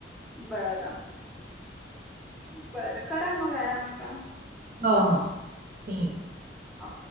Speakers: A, in the centre; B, on the right (about 50°).
A: बरं बरं करा मग आराम आता.
B: हा हा ठीके.
A: हा